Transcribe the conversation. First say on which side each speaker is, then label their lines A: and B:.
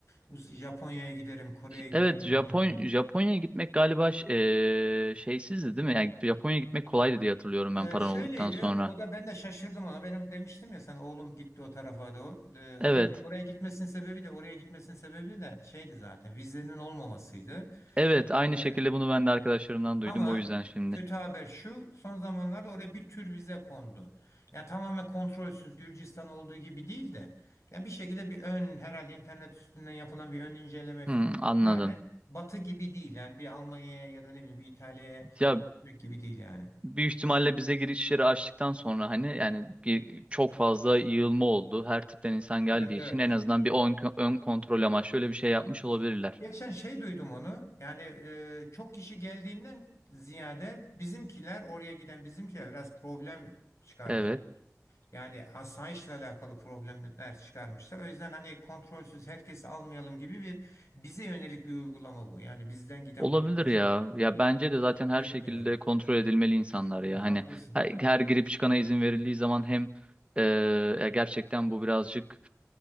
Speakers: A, on the left; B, on the right.
A: Uz- Japonya'ya giderim, Kore'ye giderim
B: Evet, Japon
A: falan.
B: Japonya'ya gitmek galiba ş- eee, şeysizdi değil mi? Yani Japonya'ya gitmek kolaydı diye hatırlıyorum
A: Ee,
B: ben paran
A: şöyleydi.
B: olduktan sonra.
A: O da ben de şaşırdım ona. Benim demiştim ya sana oğlum gitti o tarafa doğru. Ee, oraya
B: Evet.
A: oraya gitmesinin sebebi de oraya gitmesinin sebebi de şeydi zaten. Vizenin olmamasıydı.
B: Evet, aynı
A: Ee,
B: şekilde bunu ben de arkadaşlarımdan duydum
A: ama
B: o yüzden şimdi.
A: kötü haber şu. Son zamanlarda oraya bir tür vize kondu. Yani tamamen kontrolsüz Gürcistan olduğu gibi değil de yani bir şekilde bir ön herhalde internet üstünden yapılan bir ön inceleme falan
B: Hmm, anladım.
A: hala Batı gibi değil. Yani bir Almanya'ya ya da ne bileyim bir İtalya'ya
B: Ya
A: gitmek gibi değil yani.
B: büyük ihtimalle bize girişleri açtıktan sonra hani yani gi- çok fazla yığılma oldu. Her tipten insan geldiği
A: Evet evet.
B: için en azından bir ön, ön kontrol amaçlı öyle bir şey yapmış olabilirler.
A: Geçen şey duydum onu. Yani e, çok kişi geldiğinden ziyade bizimkiler oraya giden bizimkiler biraz problem çıkarmış.
B: Evet.
A: Yani asayişle alakalı problemler çıkarmışlar. O yüzden hani kontrolsüz herkesi almayalım gibi bir bize yönelik bir uygulama bu. Yani bizden giden
B: Olabilir
A: vatandaşlara
B: ya.
A: yönelik.
B: Ya bence de zaten her
A: Böyle
B: şekilde
A: bir şey yani.
B: kontrol edilmeli insanlar ya.
A: Evet,
B: Hani
A: haklısın.
B: her, her girip çıkana izin verildiği zaman hem e, ya gerçekten bu birazcık